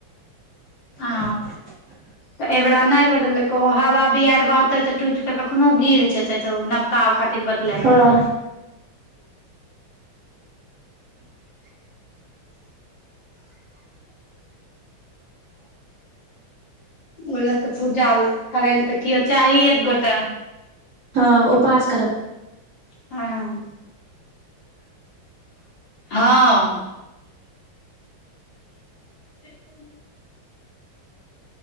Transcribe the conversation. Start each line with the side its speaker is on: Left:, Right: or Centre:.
Right: <inaudible>
Left: हँ तऽ एहिबेरा ने बदलको हवा बिहारि बहतो तऽ टूट कऽ कखनो गिर जेते तऽ ओ नब काम खातिर बदले
Right: हँ
Left: पड़ते। बोलत तऽ पूजा करैल तऽ कियो चाही एक गोटे।
Right: हाँ उपास करब।
Left: हाँ। हाँ। <inaudible>